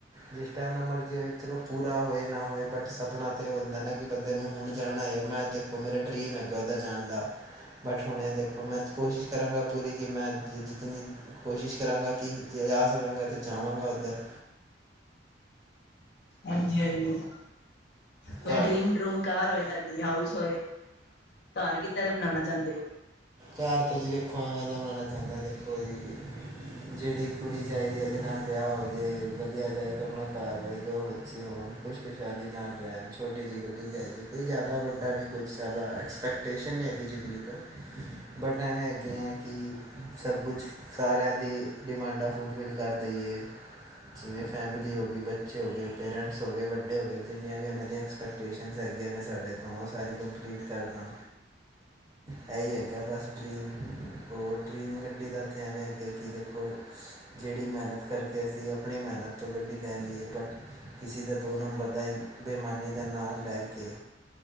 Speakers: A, on the right; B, on the left.
A: ਜਿਸ ਟਾਈਮ ਦਾ ਮਰਜ਼ੀ ਹੋਏ ਚਲੋ ਪੂਰਾ ਹੋਏ ਨਾ ਹੋਏ ਬਟ ਸਪਨਾ ਤੇ ਇਹ ਹੁੰਦਾ ਨਾ ਕਿ ਬੰਦੇ ਨੂੰ ਹੁਣ ਜਾਣਾ ਹੈ ਅਤੇ ਮੈਂ ਦੇਖੋ ਮੇਰਾ ਡਰੀਮ ਹੈਗਾ ਉੱਧਰ ਜਾਣ ਦਾ ਬਟ ਹੁਣੇ ਦੇਖੋ ਮੈਂ ਕੋਸ਼ਿਸ਼ ਕਰਾਂਗਾ ਪੂਰੀ ਕਿ ਮੈਂ ਜਿਤਨੀ ਕੋਸ਼ਿਸ਼ ਕਰਾਂਗਾ ਕਿ ਜਾ ਸਕਾਂਗਾ ਤੇ ਜਾਵਾਂਗਾ ਉੱਧਰ
B: ਹਾਂਜੀ ਹਾਂ ਕੋਈ
A: ਤਾਂ
B: ਡਰੀਮ ਡਰੂਮ ਕਾਰ ਹੋਏ ਤੁਹਾਡੀ ਹਾਊਸ ਹੋਏ ਘਰ ਕੀਦਾ ਦਾ ਬਣਾਉਣਾ ਚਾਹੁੰਦੇ ਹੋ
A: ਘਰ ਤੋਂ ਜੀ ਵੇਖੋ ਐਵੇਂ ਤਾਂ ਬਨਾਉਣਾ ਚਾਹੁੰਦਾ ਦੇਖੋ ਜੀ ਜਿਹੜੀ, ਕੁੜੀ ਚਾਹੀਦੀ ਉਹਦੇ ਨਾਲ ਵਿਆਹ ਹੋ ਜੇ ਵਧੀਆ ਦਾਇਕ ਆਪਣਾ ਘਰ ਹੋਏ ਦੋ ਬੱਚੇ ਹੋਣ ਖੁਸ਼ ਖੁਸ਼ਾਲਦੀ ਨਾਲ ਰਹਿਣ ਛੋਟੀ ਜਿਹੀ ਗੱਡੀ ਕੋਈ ਜ਼ਿਆਦਾ ਵੱਡਾ ਨੀ ਕੋ ਜਾਿਆਦਾ ਐਕਸਪੈਕਟੇਸ਼ਨ ਨਹੀਂ ਹੈ ਜ਼ਿੰਦਗੀ ਤੋਂ ' ਬਟ ਐਵੇਂ ਅੱਗੇ ਹੈ ਕਿ ਸਭ ਕੁਝ ਸਾਰਿਆਂ ਦੀ ਡਿਮਾਂਡਾਂ ਫੁਲਫਿਲ ਕਰ ਦੇਈਏ ਅਤੇ ਜਿਵੇਂ ਫੈਮਿਲੀ ਹੋ ਗਈ ਬੱਚੇ ਹੋ ਗਏ ਪੇਰੈਂਟਸ ਹੋ ਗਏ ਵੱਡੇ ਹੋ ਗਏ ਜਿੰਨੀਆਂ ਵੀ ਉਹਨਾਂ ਦੀਆਂ ਐਕਸਪੈਕਟੇਸ਼ਨਜ਼ ਹੈ ਹੈਗੀਆਂ ਨੇ ਸਾਡੇ ਤੋਂ ਉਹ ਸਾਰੀ ਕੰਪਲੀਟ ਕਰਦਾ ਦਾ ਹੀ ਹੈ ਅੱ ਬਸ ਡਰੀਮ ਹੋਰ ਡਰੀਮ ਗੱਡੀ ਦਾ ਇੱਥੇ ਐਵੇਂ ਅੱਗੇ ਕਿ ਦੇਖੋ ਜਿਹੜੀ ਮੈਂ ਮਿਹਨਤ ਕਰਕੇ ਅਸੀਂ ਆਪਣੀ ਮਿਹਨਤ ਤੋਂ ਗੱਡੀ ਲੈ ਲਈਏ ਬਟ ਕਿਸੇ ਦਾ ਦੋ ਨੰਬਰ ਦਾ ਬੇਮਾਨੀ ਦਾ ਨਾਂ ਲੈ ਕੇ